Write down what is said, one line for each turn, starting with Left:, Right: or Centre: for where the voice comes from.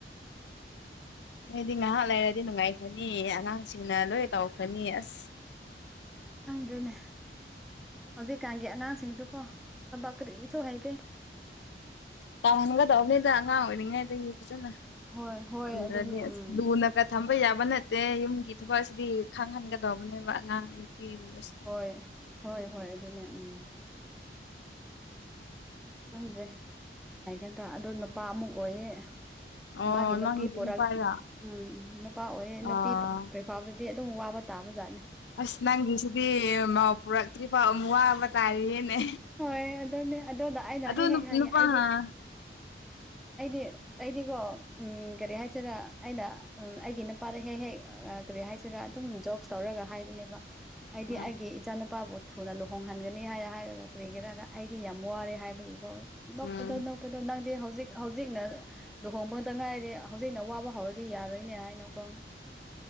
Left: ꯅꯣꯏꯗꯤ ꯉꯥꯍꯥꯛ ꯂꯩꯔꯗꯤ ꯅꯨꯡꯉꯥꯏꯈ꯭ꯔꯅꯤ ꯑꯉꯥꯡꯁꯤꯡꯅ ꯂꯣꯏ ꯇꯧꯈ꯭ꯔꯅꯤ ꯑꯁ
Centre: ꯈꯪꯗ꯭ꯔꯦꯅꯦ ꯍꯧꯖꯤꯛꯀꯥꯟꯒꯤ ꯑꯉꯥꯡꯁꯤꯡꯁꯨꯀꯣ ꯊꯕꯛ ꯀꯔꯤꯁꯨ ꯍꯩꯇꯦ
Left: ꯇꯧꯍꯟꯒꯗꯧꯝꯅꯤꯗ ꯑꯉꯥꯡ ꯑꯣꯏꯔꯤꯉꯥꯏꯗꯒꯤ ꯐꯖꯟꯅ
Centre: ꯍꯣꯏ ꯍꯣꯏ
Left: ꯇꯝꯗ꯭ꯔꯗꯤ
Centre: ꯑꯗꯨꯅꯦ ꯎꯝ
Left: ꯑꯁ ꯂꯨꯅ ꯒꯥ ꯊꯝꯕ ꯌꯥꯕ ꯅꯠꯇꯦ ꯌꯨꯝꯒꯤ ꯊꯕꯛꯁꯤꯗꯤ ꯈꯪꯍꯟꯒꯗꯧꯕꯅꯦꯕ ꯑꯉꯥꯡ ꯅꯨꯄꯤꯒꯨꯝꯕꯁꯤ
Centre: ꯍꯣꯏ ꯍꯣꯏ ꯍꯣꯏ ꯑꯗꯨꯅꯦ ꯎꯝ ꯈꯪꯗ꯭ꯔꯦ ꯍꯩꯒꯗ꯭ꯔꯥ ꯑꯗꯣ ꯅꯨꯄꯥ ꯑꯃꯨꯛ ꯑꯣꯏꯌꯦ
Left: ꯑꯣ
Centre: ꯃꯥꯒꯤ ꯅꯨꯄꯤ
Left: ꯅꯪꯒꯤꯗꯤ
Centre: ꯄꯨꯔꯛ
Left: ꯅꯨꯄꯥꯔꯥ
Centre: ꯎꯝ ꯅꯨꯄꯥ ꯑꯣꯏꯌꯦ
Left: ꯑꯥ
Centre: ꯅꯨꯄꯤ <unintelligible> ꯐꯥꯎꯕꯗꯤ ꯑꯗꯨꯝ ꯋꯥꯕ ꯇꯥꯕꯖꯥꯠꯅꯤ
Left: ꯑꯁ ꯅꯪꯒꯤꯁꯤꯗꯤ ꯃꯧ ꯄꯨꯔꯛꯇ꯭ꯔꯤꯐꯥꯎ ꯑꯝꯋꯥꯕ ꯇꯥꯔꯤꯌꯦꯅꯦ
Centre: ꯍꯣꯏ ꯑꯗꯨꯅꯦ ꯑꯗꯨꯗ ꯑꯩꯅ
Left: ꯑꯗꯨ
Centre: ꯍꯦꯛ ꯍꯦꯛ ꯍꯥꯏꯌꯦ
Left: ꯅꯨꯄꯥ
Centre: ꯑꯩꯗꯤ
Left: ꯍꯥ
Centre: ꯑꯩꯗꯤ ꯑꯩꯗꯤꯀꯣ ꯎꯝ ꯀꯔꯤ ꯍꯥꯏꯁꯤꯔꯥ ꯑꯩꯅ ꯑꯩꯒꯤ ꯅꯨꯄꯥꯗ ꯍꯦꯛ ꯍꯦꯛ ꯀꯔꯤ ꯍꯥꯏꯁꯤꯔꯥ ꯑꯗꯨꯝ ꯖꯣꯛꯁ ꯇꯧꯔꯒ ꯍꯥꯏꯕꯅꯦꯕ ꯑꯩꯗꯤ
Left: ꯎꯝ
Centre: ꯑꯩꯒꯤ ꯏꯆꯥ ꯅꯨꯨꯄꯥꯕꯨ ꯊꯨꯅ ꯂꯨꯍꯣꯡꯍꯟꯒꯅꯤ ꯍꯥꯏ ꯍꯥꯏꯔꯒ ꯀꯔꯤꯒꯔꯥꯅ ꯑꯩꯗꯤ ꯌꯥꯝ ꯋꯥꯔꯦ ꯍꯥꯏꯕꯒꯤꯀꯣ ꯅꯣꯛꯄꯗꯣ
Left: ꯎꯝ
Centre: ꯅꯣꯛꯄꯗꯣ ꯅꯪꯗꯤ ꯍꯧꯖꯤꯛ ꯍꯧꯖꯤꯛꯅ ꯂꯨꯍꯣꯡꯕꯗ ꯉꯥꯏꯔꯤ ꯍꯧꯖꯤꯛꯅ ꯋꯥꯕ ꯍꯧꯔꯗꯤ ꯌꯥꯔꯣꯏꯅꯦ ꯍꯥꯏꯅꯀꯣ